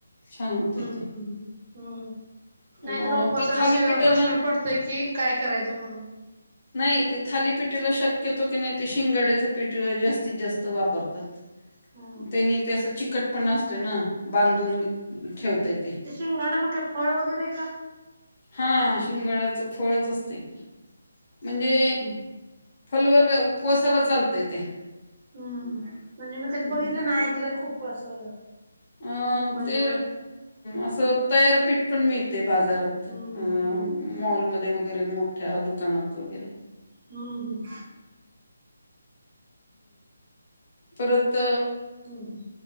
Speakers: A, on the left; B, on the right.
A: छान होते
B: हम्म हम्म
A: ते
B: हम्म
A: अ
B: नाहीतर उपवासाला
A: ते थालीपीठाला
B: अस प्रश्नच पडतय कि काय करायचं म्हणून
A: नाही ते थाली पिटीला शक्यतो की नाही ते शिंगाड्याचं पिठ जास्तीत जास्त वापरतो
B: हा हा.
A: त्यांनी तें चिकट पण असतय ना बांधून ठेवतायेत
B: ते शिंगगाडा मग काय फळ वगैरे का
A: हा शिंगडचं फळच असते क म्हणजे
B: हम्म.
A: फलवर्ग उपवासाला चालतय ते
B: हम्म म्हणजे मी कधी
A: हं.
B: बघितलं ना ऐकलंय खूप असं
A: अ
B: मोबाईल
A: ते
B: वर.
A: असं तयारपीठ पण मिळते बाजारात
B: हम्म
A: अ मॉलमध्येध्ये
B: हम्म
A: वगैरे मोठ्या दुकानात वगैरे
B: हम् हम
A: परत
B: हम्म हम्म.